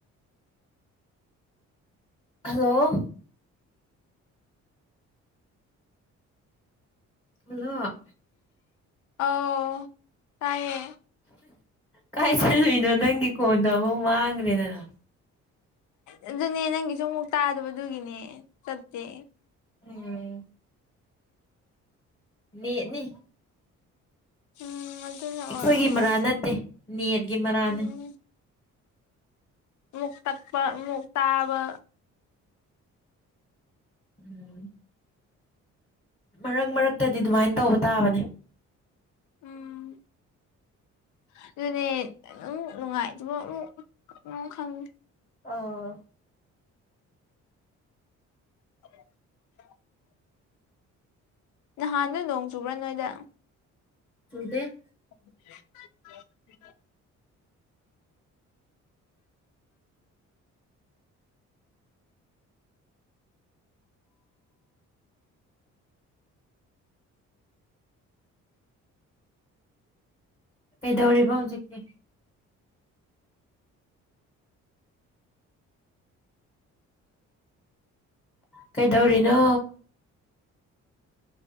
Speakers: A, on the left; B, on the left.
A: ꯍꯜꯂꯣ ꯍꯜꯂꯣ
B: ꯑꯧ ꯇꯥꯏꯌꯦ
A: ꯀꯥꯏ ꯆꯠꯂꯨꯏꯅꯣ ꯅꯪꯒꯤ ꯀꯣꯟꯗꯣ ꯑꯃꯨꯛ ꯃꯥꯡꯈ꯭ꯔꯦꯗꯅ
B: ꯑꯗꯨꯅꯦ ꯅꯪꯒꯤꯁꯨ ꯑꯃꯨꯛ ꯇꯥꯗꯕ ꯑꯗꯨꯒꯤꯅꯦ ꯆꯠꯇꯦ
A: ꯎꯝ ꯅꯦꯠꯅꯤ
B: ꯎꯝ ꯑꯗꯨꯅ
A: ꯑꯈꯣꯏꯒꯤ
B: ꯑꯣꯏꯔꯝꯅꯤ
A: ꯃꯔꯥꯜ ꯅꯠꯇꯦ ꯅꯦꯠꯒꯤ ꯃꯔꯥꯟꯅꯦ
B: ꯎꯝ ꯑꯃꯨꯛ ꯇꯠꯄ ꯑꯃꯨꯛ ꯇꯥꯕ
A: ꯎꯝ ꯃꯔꯛ ꯃꯔꯛꯇꯗꯤ ꯗꯨꯃꯥꯏꯅ ꯇꯧꯕ ꯇꯥꯕꯅꯦ
B: ꯎꯝ ꯑꯗꯨꯅꯦ ꯑꯃꯨꯛ ꯅꯨꯡꯉꯥꯏꯇꯕ ꯑꯃꯨꯛ ꯈꯪ
A: ꯑꯧ
B: <inaudible> ꯅꯍꯥꯟꯗꯨ ꯅꯣꯡ ꯆꯨꯕ꯭ꯔꯥ ꯅꯣꯏꯗ
A: ꯆꯨꯗꯦ
B: <inaudible>
A: ꯀꯩꯗꯧꯔꯤꯕ ꯍꯧꯖꯤꯛꯇꯤ ꯀꯩꯗꯧꯔꯤꯅꯣ